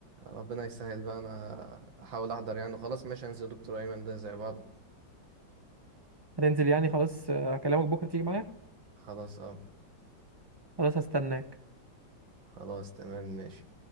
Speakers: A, on the right; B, on the right.
A: ربنا يسهل بقى انا احاول احضر يعني وخلاص ماشي انزل دكتور ايمن ده زي بعض
B: هتنزل يعني خلاص آه، هكلمك بكره تيجي معايا
A: خلاص اه
B: خلاص هستناك
A: خلاص تمام ماشي